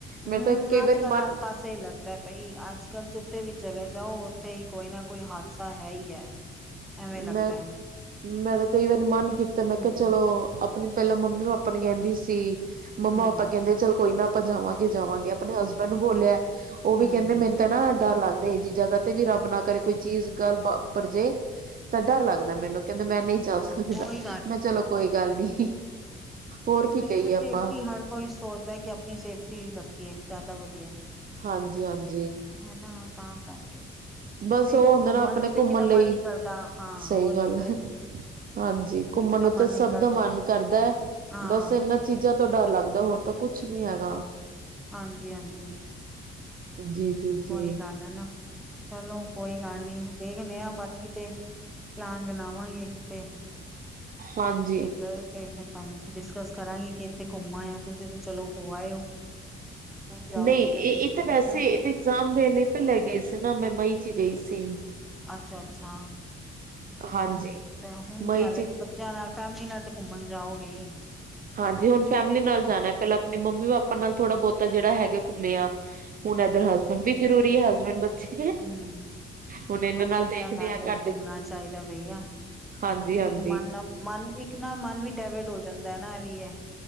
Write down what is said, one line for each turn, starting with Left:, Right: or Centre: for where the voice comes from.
Centre: ਹੂੰ,
Right: ਮੇਰੇ ਤਾਂ ਕਈ
Centre: ਅੱਜ
Right: ਵਾਰੀ
Centre: ਕੱਲ
Right: ਮਨ
Centre: ਹਰ ਪਾਸੇ ਹੀ ਲੱਗਦਾ ਬਈ ਅੱਜ ਕੱਲ ਜਿੱਥੇ ਵੀ ਚਲੇ ਜਾਓ ਉੱਥੇ ਹੀ ਕੋਈ ਨਾ ਕੋਈ ਹਾਦਸਾ ਹੈ ਹੀ ਹੈ ਐਵੇਂ ਲੱਗਦਾ।
Right: ਮੈਂ ਮੈਂ ਤਾਂ ਕਈ ਵਾਰੀ ਮਨ ਕੀਤਾ ਮੈਂ
Centre: ਹੂੰ।
Right: ਕਿਹਾ ਚਲੋ ਆਪਣੀ, ਪਹਿਲਾਂ ਮੰਮੀ ਪਾਪਾ ਕਹਿੰਦੀ ਸੀ। ਮੰਮਾ
Centre: ਹੂੰ,
Right: ਪਾਪਾ ਕਹਿੰਦੇ ਚੱਲ ਕੋਈ ਨਾ, ਆਪਾਂ ਜਾਵਾਂਗੇ ਜਾਵਾਂਗੇ ਆਪਣੇ ਹਸਬੈਂਡ ਬੋਲਿਆ। ਉਹ
Centre: ਹੂੰ
Right: ਵੀ ਕਹਿੰਦੇ ਮੈਨੂੰ ਤਾਂ ਨਾ ਡਰ ਲੱਗਦਾ। ਜਹੀ ਜਗ੍ਹਾ ਤੇ ਵੀ ਰੱਬ ਨਾ ਕਰੇ, ਕੋਈ ਚੀਜ਼ ਗੱਲ ਵਾਪਰ ਜੇ ਤਾਂ ਡਰ ਲੱਗਦਾ ਮੈਨੂੰ ਕਹਿੰਦੇ ਮੈਂ ਨਹੀਂ, ਜਾ ਸਕਦਾ
Centre: ਉਹੀ
Right: ਮੈਂ ਚਲੋ ਕੋਈ ਗੱਲ ਨੀ। ਹੋਰ ਕੀ
Centre: ਅ
Right: ਕਹੀਏ ਆਪਾਂ
Centre: ਸੇਫਟੀ ਹਰ ਕੋਈ ਸੋਚਦਾ ਕਿ ਆਪਣੀ ਸੇਫਟੀ ਰੱਖੀਏ ਜ਼ਿਆਦਾ ਵਧੀਆ।
Right: ਹਾਂਜੀ-ਹਾਂਜੀ,
Centre: ਹਨਾ ਤਾਂ ਕਰਕੇ,
Right: ਬਸ
Centre: ਨਹੀਂ
Right: ਉਹ
Centre: ਤੇ
Right: ਹੁੰਦੇ ਨਾ ਆਪਣੇ
Centre: ਨੂੰ ਤੇ
Right: ਘੁੰਮਣ
Centre: ਕਿਦਾ ਮਨ
Right: ਲਈ
Centre: ਨੀ ਕਰਦਾ ਹਾਂ
Right: ਸਹੀ
Centre: ਉਹੀ
Right: ਗੱਲ
Centre: ਤੇ ਕਹਿ
Right: ਐ
Centre: ਰਹੀ ਹਾਂ।
Right: ਹਾਂਜੀ ਘੁੰਮਣ
Centre: ਤੇ ਕਿਦਾ
Right: ਨੂੰ
Centre: ਮਨ
Right: ਤਾਂ
Centre: ਨੀ
Right: ਸਭ
Centre: ਕਰਦਾ
Right: ਦਾ ਮਨ ਕਰਦਾ ਹੈ
Centre: ਹਾਂ
Right: ਬਸ ਇਹਨਾਂ ਚੀਜ਼ਾਂ ਤੋਂ ਡਰ ਲੱਗਦਾ ਹੋਰ ਤਾਂ ਕੁਛ ਕੁਛ ਨੀ ਹੈਗਾ।
Centre: ਹਾਂਜੀ-ਹਾਂਜੀ,
Right: ਜੀ-ਜੀ-ਜੀ,
Centre: ਉਹੀ ਗੱਲ ਹੈ ਨਾ। ਚਲੋ, ਕੋਈ ਗੱਲ ਨੀ ਦੇਖਦੇ ਆ ਬਾਕੀ ਤੇ, ਪਲੈਨ ਬਣਾਵਾਂਗੇ ਕਿਤੇ,
Right: ਹਾਂਜੀ।
Centre: ਜੇ ਗਏ ਤੇ ਫ਼ਿਰ, ਤੁਹਾਨੂੰਂ ਡਿਸਕਸ ਕਰਾਂਗੇ ਕਿ ਇੱਥੇ ਘੁੰਮ ਆ ਤੁਸੀਂ ਤੇ ਚਲੋ ਹੋ ਆਏ ਹੋ, ਹੁਣ ਜਾਓ
Right: ਨਹੀਂ
Centre: ਤੇ ਫਿਰ
Right: ਇਹ ਇਹ ਤਾਂ ਵੈਸੇ
Centre: ਦੱਸਣਾ
Right: ਇਹ ਤੇ ਇਗਜ਼ਾਮ, ਵੇਲੇ ਪਲੇੈ ਗਏ ਸੀ ਨਾ ਮੈਂ ਮਈ ਚ ਗਈ ਸੀ।
Centre: ਅੱਛਾ-ਅੱਛਾ,
Right: ਹਾਂਜੀ
Centre: ਤੇ ਹੁਣ ਤੇ
Right: ਮਈ
Centre: ਹਲੇ
Right: ਚ
Centre: ਤੇ ਬੱਚਿਆਂ ਨਾਲ ਫੈਮਿਲੀ ਨਾਲ ਕਿੱਥੇ ਘੁੰਮਣ ਜਾਓਗੇ ਈ
Right: ਹਾਂਜੀ ਹੁਣ ਫੈਮਿਲੀ ਨਾਲ ਜਾਣਾ ਪਹਿਲਾਂ ਆਪਣੀ ਮੰਮੀ ਪਾਪਾ ਨਾਲ ਥੋੜਾ ਬਹੁਤਾ ਜਿਹੜਾ ਹੈਗਾ ਘੁੰਮੇਆ ਹੁਣ ਇੱਧਰ ਹਸਬੈਂਡ ਵੀ ਜ਼ਰੂਰੀ ਐ, ਹਸਬੈਂਡ ਬੱਚੇ
Centre: ਹਂ,
Right: ਹੁਣ
Centre: ਚਲੋ
Right: ਇਹਨਾਂ ਨਾਲ
Centre: ਵਧੀਆ
Right: ਦੇਖਦੇ
Centre: ਗੱਲ
Right: ਆ ਘਰ
Centre: ਏ ਘੁੰਮਣਾ
Right: ਦੇ
Centre: ਚਾਈਦਾ ਬਈਆ
Right: ਹਾਂਜੀ
Centre: ਕਿਤੇ
Right: ਹਾਂਜੀ
Centre: ਮਨ, ਮਨ ਇੱਕ ਨਾ ਮਨ ਵੀ ਡੈਵਰਡ ਹੋ ਜਾਂਦਾ ਐ ਨਾਂ ਇਹ ਵੀ ਐ